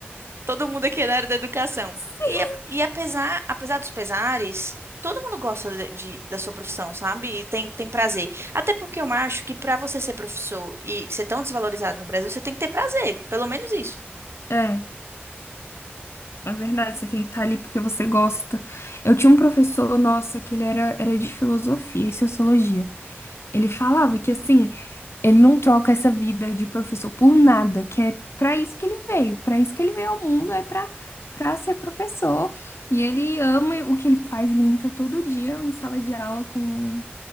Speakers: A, on the right; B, on the left.
A: todo mundo aqui é da área da educação.
B: Sim,
A: E, a- e apesar, apesar dos pesares, todo mundo gosta de, de- da sua profissão, sabe? E tem, tem prazer. Até porque eu acho que para você ser professor e ser tão desvalorizado no Brasil, você tem que ter prazer, pelo menos isso.
B: é. É verdade, você tem que estar ali porque você gosta. Eu tinha um professor, nossa, que ele era, era de filosofia e sociologia. Ele falava que, assim, ele não troca essa vida de professor por nada, que é pra isso que ele veio, pra isso que ele veio ao mundo, é pra, pra ser professor. E ele ama o que ele faz, ele entra todo dia em sala de aula com